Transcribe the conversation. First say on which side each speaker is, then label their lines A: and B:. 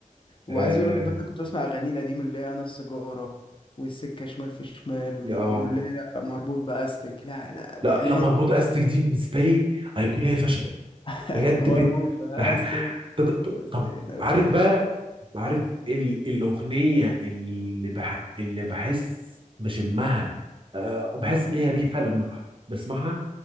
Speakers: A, on the left; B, on the right.
A: وعايز
B: آه
A: أقول لك بقى أنا كنت بسمع أغانيه القديمة اللي هي أنا السيجارة والسكة شمال في شمال واليمين
B: يا آه
A: واللي هي مربوط بأستك لا لا دي
B: لا
A: أغاني
B: لما اربط استك دي بالنسبة لي أيقونية فشخ
A: <laughs>
B: بجد
A: مربوط
B: بت...
A: بأستك
B: بح... ط- ط-
A: وسط
B: طب
A: ناس
B: عارف
A: بلا-
B: بقى عارف ال... الأغنية اللي بح... اللي بحس بشمها أه بحس ليها ريحة لما بح- بسمعها